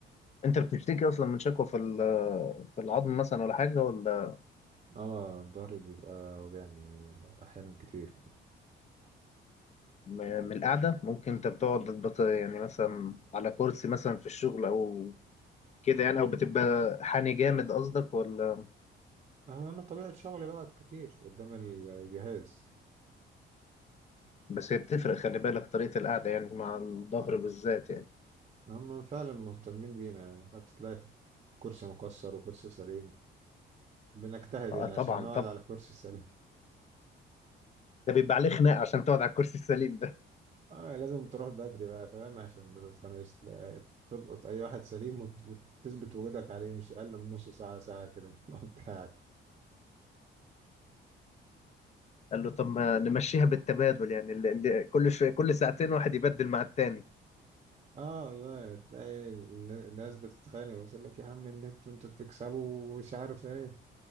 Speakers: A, on the left; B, on the right.
A: انت بتشتكي اصلا من شكوى في ال- في العظم مثلا ولا حاجه ولا
B: اه ضهري بيبقى وجعني أحيانا كتير
A: م- من القعده ممكن انت بتقعد بت- يعني مثلا على كرسي مثلا في الشغل او كده يعني او بتبقى حاني جامد قصدك ولا
B: أما أنا طبيعة شغلي بقعد كتير قدام الجهاز
A: بس هي بتفرق خلي بالك طريقه القعده يعني مع الظهر بالذات يعني
B: هم فعلا مهتمين بينا هتلاقي كرسي مكسر وكرسي سليم بنجتهد
A: آه،
B: يعني
A: طبعا
B: عشان نقعد
A: طبعا
B: على كرسي سليم
A: ده بيبقى عليه خناق عشان تقعد على الكرسي السليم
B: اه لازم تروح بدري بقى فاهم عشان ما تتخنقش تلاقي- تلقط اي واحد سليم وت- وتثبت وجودك عليه مش اقل من نص ساعه ساعه كده <laughs> بتاعك
A: قال له طب ما نمشيها بالتبادل يعني اللي اللي كل شويه كل ساعتين واحد يبدل مع التاني
B: اه والله تلاقي الن- الناس بتتخانق وتقول لك يا عم النت وانتوا بتكسبوا ومش عارف ايه